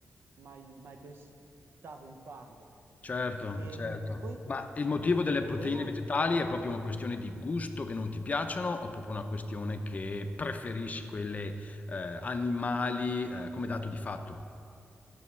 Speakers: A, on the right; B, on the left.
A: mai, mai pensato di farlo.
B: certo,
A: E,
B: certo.
A: mh, poi
B: Ma il motivo delle proteine
A: volevo anche...
B: vegetali è proprio una questione di gusto che non ti piacciono o proprio una questione che preferisci quelle eh, animali eh, come dato di fatto?